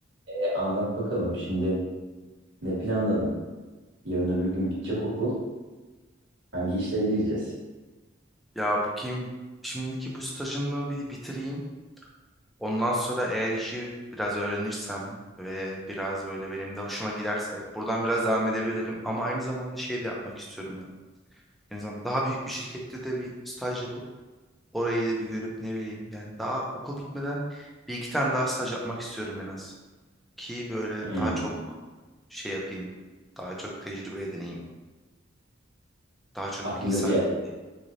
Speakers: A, on the right; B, in the centre.
A: E, anlat bakalım şimdi ne planladın? Yarın öbür gün bitecek okul. Hangi işlere gireceğiz?
B: Ya bakayım şimdiki bu stajımı bir bitireyim. Ondan sonra eğer işi biraz öğrenirsem ve biraz böyle benim de hoşuma giderse buradan biraz devam edebilirim. Ama aynı zamanda şey de yapmak istiyorum ya. En azından daha büyük bir şirkette de bir staj yapıp orayı da bir görüp ne bileyim. Yani daha okul bitmeden bir iki tane daha staj yapmak istiyorum en az. Ki böyle
A: Hmm.
B: daha çok şey yapayım. Daha çok tecrübe edineyim. Daha çok
A: Aklında
B: bilgi sahibi
A: bir
B: olayım.